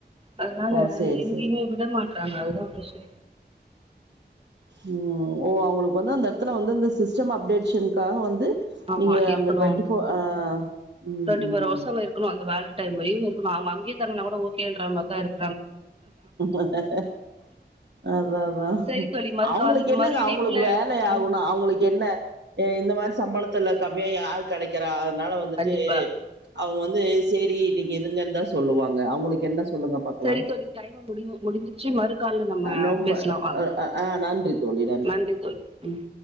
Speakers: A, on the right; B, on the right.
A: அதுனால
B: ஓ சேரி
A: எங்கயுமே
B: சேரி
A: விட மாட்டா டாங்க அது தான் பிரச்சனயே
B: உம் ஓ அவுங்களுக்கு வந்து அந்த இடத்துல வந்து அந்த சிஸ்டம் அப்டேட்ஷனுக்காக வந்து
A: ஆமா
B: நீங்க
A: இருக்கணு
B: அங்க டுவெண்டி போர் ஆஹ் உம்
A: டுவெண்ட்டி
B: உம்
A: ஃபோர் ஹவர்ஸ் அங்க இருக்கணு அந்த வேல டைம் வரையும் இருக்கணும் அவுங்க அங்கயே தங்குனா கூட ஓகேன்ற மாரி தான் இருக்கு
B: அதான் அதான்
A: சரி தோழி மறுகால்
B: அவுங்களுக்கு என்னங்க
A: மறு இணைப்புல
B: அவுங்களுக்கு வேலை ஆகணும்
A: ம்
B: அவுங்களுக்கு என்ன அஹ் இந்த மாரி சம்பளத்துல கம்மியா யாரு கெடைக்கிறா அதுனால வந்துட்டு
A: கண்டிப்பா
B: அவுங்க வந்து சேரி நீங்க இருங்கன்னு தான் சொல்லுவாங்க அவங்களுக்கு என்ன சொல்லுங்க பாக்கலாம்
A: சரி தோழி டைமு முடி முடிஞ்சுற்ச்சு மறு கால்ல நம்ம
B: ரொம்ப
A: பேசலாம் வாங்க
B: ஆ நன்றி தோழி
A: நன்றி தோழி உம்